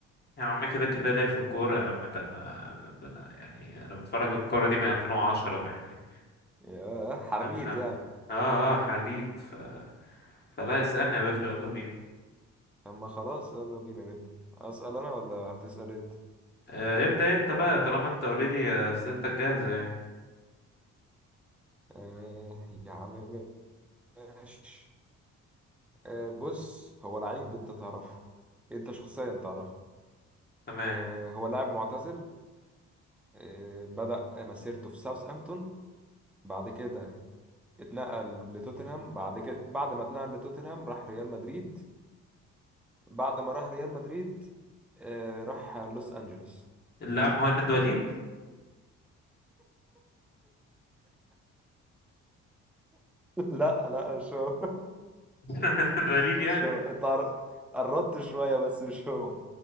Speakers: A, on the left (about 35°); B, in the centre.
A: يا عم كده كده ليه في الكورة يا عم ده انا ده انا يعني انا بتفرج الكورة دي من 2010 فاهمني
B: يا حريت
A: فاهم فاهم
B: يعني
A: اه اه حريت ف... فلا اسألني يا باشا يلا بينا
B: اما خلاص يلا بينا نبدأ اسأل انا ولا هتسأل انت
A: آه ابدأ انت بقى طالما انت اوريدي اسئلتك جاهزة يعني
B: آه يا عم ماشي آه بص هو لعيب انت تعرفه انت شخصيا تعرفه
A: تمام
B: آه هو لاعب معتزل آه، بدأ مسيرته في ساوثهامبتون بعد كده اتنقل لتوتنهام بعد كده بعد ما اتنقل لتوتنهام راح ريال مدريد بعد ما راح ريال مدريد آه، راح لوس أنجلوس
A: اللاعب مهند وليد
B: <laughs> لا لا مش هو
A: <laughs> مهند وليد يعني
B: مش هو اتقر- قربت شوية بس مش هو